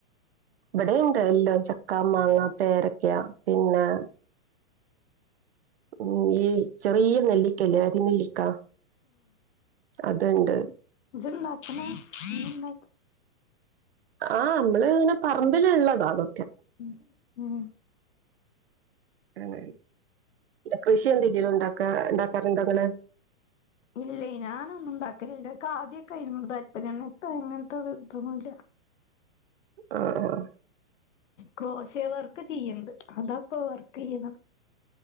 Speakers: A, on the right; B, on the left.
A: ഇബടിണ്ട് എല്ലാം ചക്കാ മാങ്ങ പേരക്ക പിന്നെ ഉം ഈ ചെറിയ നെല്ലിക്കല്ലേ അരി നെല്ലിക്ക അതുണ്ട്
B: ജ്ണ്ടാക്കണെ ഈയ്യ് ഇണ്ടാ
A: ആഹ് നമ്മള് ഇങ്ങനെ പറമ്പിലുള്ളതാ അതൊക്കെ
B: ഉം ഉം
A: ആനേ കൃഷി എന്തെങ്കിലും ഉണ്ടാക്കാ ഉണ്ടാക്കാറുണ്ടോ ഇങ്ങള്
B: ഇല്ലയ് ഞാനൊന്നും ഉണ്ടാക്കലില്ല, ഇനിക്ക് ആദ്യക്കെയായിരുന്നു താല്പര്യം ഇപ്പോ അങ്ങനത്തെ ഇത് ഇതൊന്നുമില്ല
A: ആഹ്
B: ക്രോഷേ വർക്ക് ചെയ്യണ്ട് അതാപ്പോ വർക്ക് ചെയ്യണം